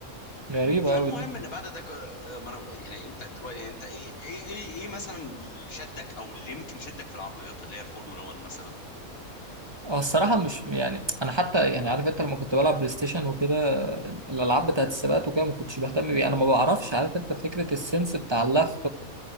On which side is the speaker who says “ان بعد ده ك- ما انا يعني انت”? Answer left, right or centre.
Left